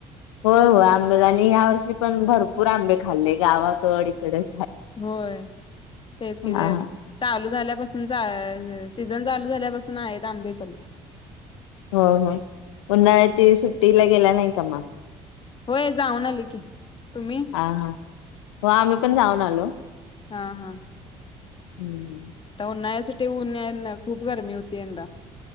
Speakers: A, on the left (about 80°); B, on the left (about 35°).
A: होय होय आंबेच आणि ह्या वर्षी पण भरपूर आंबे खाल्ले. गावाकड इकडच
B: होय तेच की
A: हा
B: म चालू झाल्यापासन <unintelligible> सीझन चालू झाल्यापासून आहेत आंबे चालू
A: हो हो उन्हाळ्याची सुट्टीला गेला नाही का मग?
B: होय जाऊन आले की तुम्ही?
A: हा हा हो आम्ही पण जाऊन आलो.
B: हा हा.
A: हम्म.
B: तर उन्हाळ्यासाठी उन यान खूप गरमी होती यंदा